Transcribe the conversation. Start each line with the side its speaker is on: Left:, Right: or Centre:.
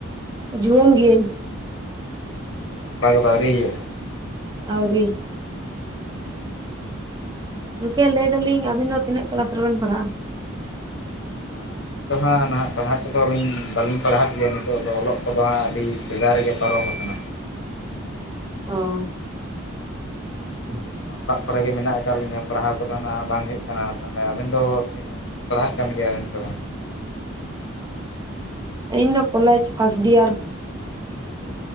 Right: ᱡᱩᱣᱟᱹᱱ ᱜᱮᱭᱟᱧ
Left: <unintelligible> ᱟᱣᱨᱤ ᱦᱩᱭᱩᱜᱼᱟ
Right: ᱟᱣᱨᱤ ᱜᱚᱝᱠᱮ ᱞᱟᱹᱭ ᱫᱟᱞᱤᱧ ᱟᱵᱤᱱ ᱫᱚ ᱛᱤᱱᱟᱹᱜ ᱠᱞᱟᱥ ᱨᱮᱵᱮᱱ ᱯᱟᱲᱦᱟᱜᱼᱟ ᱾
Left: <unintelligible> ᱱᱤᱛᱚ ᱦᱟᱸᱜ ᱱᱟᱦᱟᱜ ᱯᱟᱲᱦᱟᱜ ᱠᱚᱫᱚ ᱟᱹᱞᱤᱧ ᱵᱟᱹᱞᱤᱧ ᱯᱟᱲᱦᱟᱜ ᱜᱮᱭᱟ ᱱᱤᱛᱚᱜ ᱫᱚ ᱚᱞᱚᱜ ᱠᱚᱫᱚ ᱦᱟᱸᱜ ᱟᱹᱰᱤ ᱥᱮᱫᱟᱭ ᱨᱮᱜᱮ ᱯᱟᱨᱚᱢ ᱟᱠᱟᱱᱟ ᱾
Right: ᱚ <inaudible>
Left: ᱱᱤᱛᱚᱜ ᱫᱚ ᱦᱟᱸᱜ ᱚᱲᱟᱜ ᱠᱚᱨᱮᱜ ᱜᱮ ᱢᱮᱱᱟᱜ ᱟᱠᱟᱫ ᱞᱤᱧᱟᱹ ᱯᱟᱲᱦᱟᱣ ᱠᱚᱫᱚ ᱦᱱᱟᱜ ᱵᱟᱝ ᱦᱩᱭᱩᱜ ᱠᱟᱱᱟ ᱛᱟᱦᱚᱞᱮ ᱟᱵᱮᱱ ᱫᱚ ᱛᱤᱱᱟᱹ? ᱯᱟᱲᱦᱟᱜ ᱠᱟᱱ ᱜᱮᱭᱟ ᱢᱮᱱᱛᱮ ᱵᱟᱝ?
Right: ᱤᱧ ᱫᱚ ᱠᱚᱞᱮᱡᱽ ᱯᱷᱟᱥᱴ ᱰᱤᱭᱟᱨ
Left: ᱚ